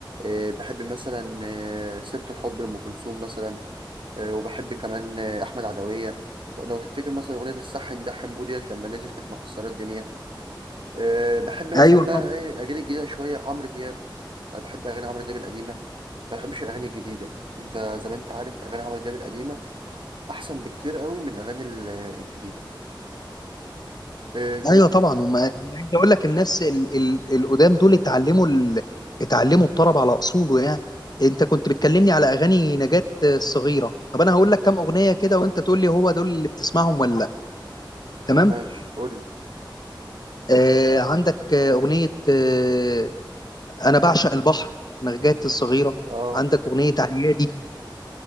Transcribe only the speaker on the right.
آه، بحب مثلا آه، سيرة الحب لأم كلثوم مثلا آه، وبحب كمان آه، أحمد عدوية لو تفتكر مثلا أغنية الصح ده حمبو ديت لما نزلت كانت مكسرة الدنيا آه، بحب مثلا
بقى
إيه الأجيال الجديدة شوية عمرو دياب أنا بحب أغاني عمرو دياب القديمة ما بحبش الأغاني الجديدة أنت زي ما أنت عارف أغاني عمرو دياب القديمة أحسن بكتير قوي من أغاني ال- الجديدة آه، كمان
ماشي قول لي.
اه